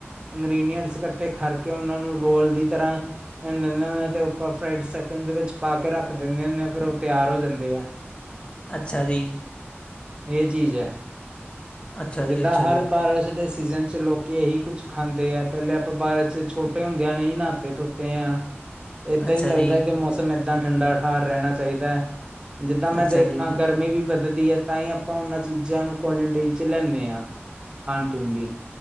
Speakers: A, on the right; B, on the left.
A: ਇੰਗ੍ਰਡੀਂਟਸ ਇਕੱਠੇ ਖਕੇ ਉਹਨਾਂ ਨੂੰ ਰੋਲ ਦੀ ਤਰ੍ਹਾਂ ਲਹ ਲੈਂਦੇ ਹੁੰਦੇ ਆ ਤੇ ਆਪਾਂ ਫਡ ਸੈਕਿੰਡ ਦੇ ਵਿੱਚ ਪਾ ਕੇ ਰੱਖ ਦਿੰਦੇ ਹੁੰਦੇ ਆ। ਫਿਰ ਉਹ ਤਿਆਰ ਹੋ ਜਾਂਦੇ ਆ
B: ਅੱਛਾ ਜੀ।
A: ਇਹ ਚੀਜ਼ ਹੈ।
B: ਅੱਛਾ
A: ਜਿੱਦਾਂ
B: ਜੀ, ਅੱਛਾ
A: ਹਰ
B: ਜੀ,
A: ਬਾਰਸ਼ ਦੇ ਸੀਜ਼ਨ ਚ ਲੋਕ ਕਿ ਇਹੀ ਕੁੱਛ ਖਾਂਦੇ ਆ ਪਹਿਲੇ ਆਪਾਂ ਬਾਰ ਚ ਛੋਟੇ ਹੁੰਦਿਆਂ ਨੇ ਨਹਾਤੇ ਧੋਤੇ ਆ ਏਦਾਂ
B: ਅੱਛਾ
A: ਹੀ ਲੱਗਦਾ
B: ਜੀ,
A: ਕਿ ਮੌਸਮ ਏਦਾਂ ਠੰਡਾ ਠਾਰ ਰਹਿਣਾ ਚਾਹੀਦਾ ਹੈ। ਜਿੱਦਾਂ ਮੈਂ
B: ਅੱਛਾ
A: ਦੇਖਾਂ
B: ਜੀ।
A: ਗਰਮੀ ਵੀ ਵਧਦੀ ਹੈ ਤਾਂ ਹੀ ਆਪਾਂ ਉਹਨਾਂ ਚੀਜ਼ਾਂ ਨੂੰ ਕੁਆਲਟੀ ਲੈਂਦੇ ਹਾਂ ਖਾਣ ਪੀਣ ਚ